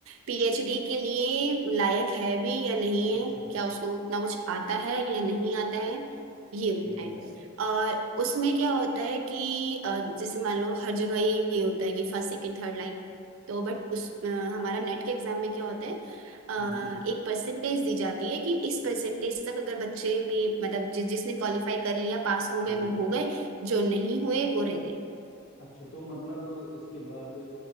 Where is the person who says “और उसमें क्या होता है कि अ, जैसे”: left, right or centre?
Right